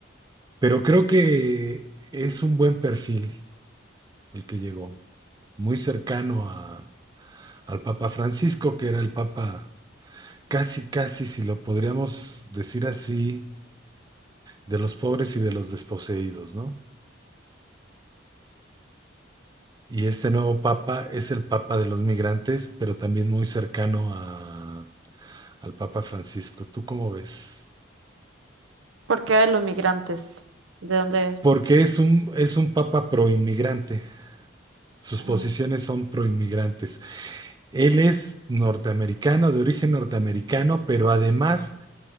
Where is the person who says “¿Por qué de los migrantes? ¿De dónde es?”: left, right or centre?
Right